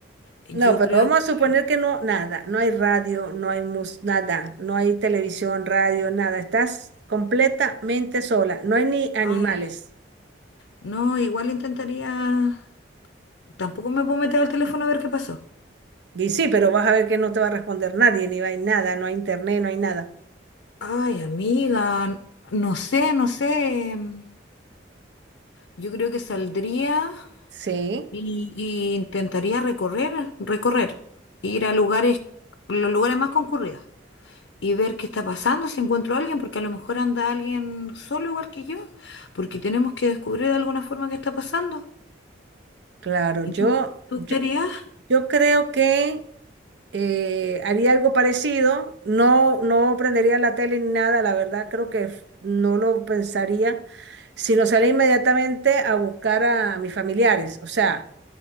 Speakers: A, on the left (about 75°); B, on the right (about 65°).
A: yo
B: No, pero
A: creo
B: vamos
A: que...
B: a suponer que no, nada, no hay radio, no hay mus, nada, no hay televisión, radio, nada, estás completamente sola, no hay ni animales.
A: ay, No, igual intentaría. Tampoco me puedo meter al teléfono a ver qué pasó.
B: Y sí, pero vas a ver que no te va a responder nadie, ni hay nada, no hay internet, no hay nada.
A: Ay, amiga, n- no sé, no sé. em, Yo creo que saldría
B: Sí,
A: y, y intentaría recorrer, recorrer, ir a lugares, los lugares más concurridos y ver qué está pasando, si encuentro a alguien, porque a lo mejor anda alguien solo igual que yo, porque tenemos que descubrir de alguna forma qué está pasando.
B: claro,
A: ¿Y
B: yo,
A: tú, tú
B: yo,
A: qué harías?
B: yo creo que eh, haría algo parecido, no, no prendería la tele ni nada, la verdad creo que f- no lo pensaría, sino salir inmediatamente a buscar a a mis familiares, o sea.